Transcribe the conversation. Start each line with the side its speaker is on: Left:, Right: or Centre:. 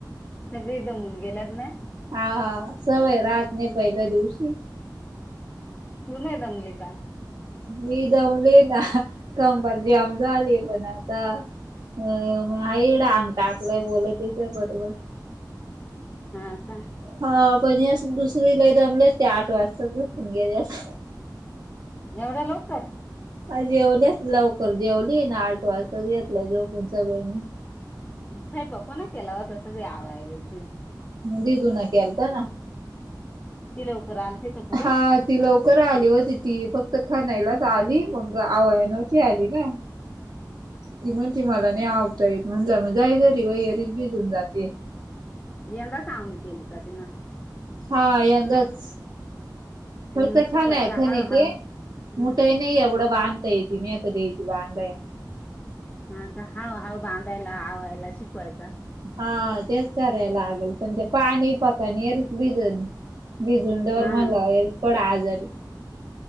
Left: सगळी दमून गेल्यात ना?
Right: हा.. हा.. सवय रात नाही पहिल्या दिवशी
Left: तू नाही दमली का?
Right: मी दमली ना.. ह्.. कंबर ज्याम झाली पण आता अ.. म. आईन अंग टाकलय बोलत होती बरोबर
Left: हा.. का
Right: हा.. पण अस दुसरी लई दमले ते आठ वाजता झोपून गेले असते.
Left: एवढ्या लवकर
Right: आज जेवलेच लवकर जेवली ना आठ वाजता घेतलाय झोपुन सगळ्यांनी.
Left: स्वयंपाक कोणा ना केला होता सगळे आवाय गेल ती.
Right: दीदु न केलत ना.
Left: ती लवकर आलती का पुढं?
Right: हा ती लवकर आली होती.. ती फक्त खानायलाच आली मग आवया नवती आली ना.
Left: ह
Right: ती म्हणती मला नाही आवता येत, म्हणलं मग जाय घरी <inaudible> घेऊन जाते.
Left: यंदा सावणी केली का तिनं?
Right: हा.. यंदाच फक्त
Left: मग शिकवायचं
Right: खान आहे खण
Left: हळूहळू
Right: ते
Left: हम्म
Right: मोठई नाही एवढं बांधता येते मी ए की याची बांधाया.
Left: हा.. का, हळू- हळू बांधायला आवायला शिकवायचा.
Right: हा.. तेच करायला लागेल पण ते पाणी पकानीरी भिजल. भिजून ठेवल
Left: हा
Right: म्हणलं <inaudible> पड आजारी.